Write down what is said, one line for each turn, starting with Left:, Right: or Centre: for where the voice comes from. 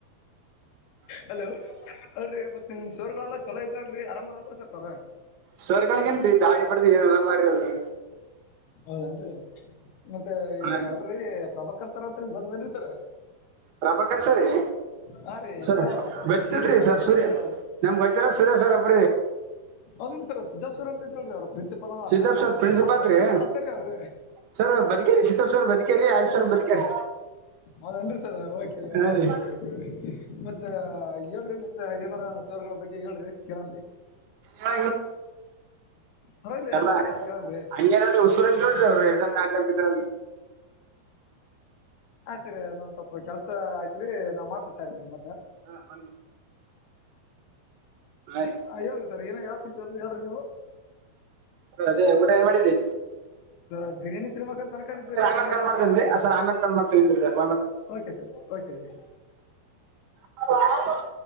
Left: ಹಲೋ ಅಲ್ ರಿ ಮತ್ತೆ ನಿಮ್ ಸೋರ್ಗಳೆಲ್ಲ ಚಲೋ ಐತೆ ಅಲ್ ಆರಾಮ್ರಲ್ ಸರ್ ಅವ್ರ
Right: ಸವರ್ಗಳಿಗೇನ್ ರೀ ದಾಳಿ ಬಡ್ದು ಏನಲ್ಲ ಮಾರವ್ರಿ
Left: ಹೌದೇನ್ರಿ ಮತ್ತೆ ಇದು
Right: ಹಾ ರೀ.
Left: ಅಲ್ರರಿ ಪ್ರಭ ಕ ಸರ್ತ್ರ ನಿಮ ಗತ್ತದಲ್ಲಿರಿ ಸರ್
Right: ಪ್ರಭಾಕರ್ ಸರಿ
Left: ಹಾ ರೀ
Right: ಸರ್
Left: ಅದು
Right: ಬತ್ಲ್ರಿ
Left: ಬಿ ವಿ ಅಂತ
Right: ಸರ್
Left: ಹತ್ತಿದಲ್ರಿ
Right: ಸೂರ್ಯ
Left: ಅವ್ರು
Right: ನಮ್ಗ್ ಬೈತಾರ ಸೂರ್ಯ ಸರ್ ಅಬ್
Left: ಹೌದಿಲ್ಲ ಸರ್ ಸಿದ್ಧಾರ್ ಸರ್ ಅಂತ ಇದ್ರಲ್ರಿ ಅವ್ರ ಪ್ರಿನ್ಸಿಪಲ್ ಅನ
Right: ಸಿದ್ದಪ್ಪ
Left: ಅವ್ರ
Right: ಸರ್ ಪ್ರಿನ್ಸಿಪಾಲ್
Left: ಅವ್ರ ಬದುಕೇರ
Right: ರೀ
Left: ಸತ್ತ ರೀ ಅವ್ರು <unintelligible>
Right: ಸರ್ ಬದುಕೇರಿ ಸತಾಪ್ ಸರ್ ಬದುಕೇರಿ ಆಯ ಸರ್ ಬದುಕೇರಿ
Left: ಹೌದನ್ರಿ ಸರ್ ಓಕ
Right: ಹಾ ರೀ ಏನ್
Left: ಕ ಮತ್ತ ಹೇಳ್ರಿ ಮತ್ತೆ ಏನಾರ ಸವಗಳ ಬಗ್ಗೆ ಹೇಳ್ರಿ ಕೇಳಿ
Right: ಹ
Left: ಪರವಾಗಿಲ್ಲ ಹೇಳ್ರಿ
Right: ಎಲ್ಲ
Left: ಸರ್ ಕೇಳನ್ರಿ
Right: ಹಂಗೆನ ಉಸುರ ಅಂತ ನೋಡ ಅವರು ಎಸನ್ ಗಾ ಬಿದ್ರ
Left: ಹಾ ಸರಿ ನ್ ಸ್ವಲ್ಪ ಕೆಲ್ಸ ಆಯ್ತ್ರಿ ನಾವ್ ಮಾಡ್ತಿತಾರೆ ನಿಮ್ ಮತ್ತ
Right: ಸ ಹ ರೀ
Left: ಹ ಹೇಳಿ ಸರ್ ಏನ ಯಾವ ಕುಂತ ಎ ಹೇಳಿ ನೀವು
Right: ಸ ಅದೇ ಊಟ ಏನ್ ಮಾಡಿದ್ದಿ
Left: ಸರ್ ಬಿರಿಯಾನಿ ತಿನ್ಬಂತ ತನ್ಕೊಂಡಿದ್ವಿ
Right: ಸರ್ ಆಮೇಲೆ
Left: ತಂಗಿಯಾರ್
Right: ಕಾಲ್
Left: ಕೂಡ
Right: ಮಾಡ್ತೇನೆ
Left: ಹೋಗಕಲ್ರಿ
Right: ರೀ ಸರ್ ಆಮೇಲೆ ಕಾಲ್ ಮಾಡ್ತೇನೆ sir
Left: K sir okay okay
Right: ಹ <unintelligible>